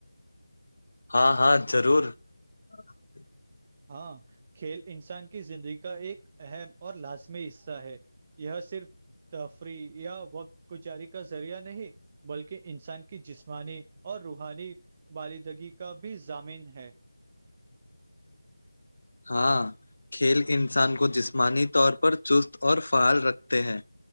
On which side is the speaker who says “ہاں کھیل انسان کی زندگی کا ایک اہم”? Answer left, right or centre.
Right